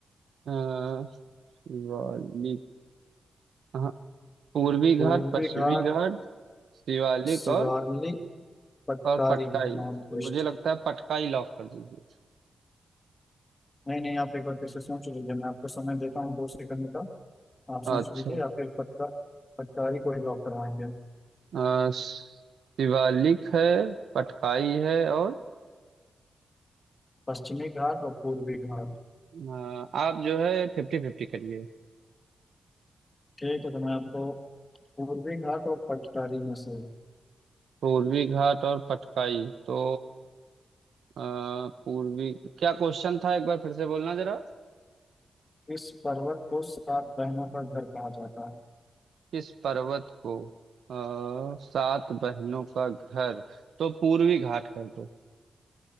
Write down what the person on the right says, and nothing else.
अ, शिवालिक हाँ पूर्वी घाट
पश्चिमी
घाट शिवालिक
और
और पटकाई
मुझे लगता है पटकाई लॉक कर दीजिए
अच्छा
अ, शिवालिक है पटकाई है और
अ, आप जो है फिफ्टी फिफ्टी करिए
पूर्वी घाट और पटकाई तो अ, पूर्वी क्या क्वेश्चन था एक बार फिर से बोलना जरा
किस पर्वत को आ, सात बहनों का घर तो पूर्वी घाट कर दो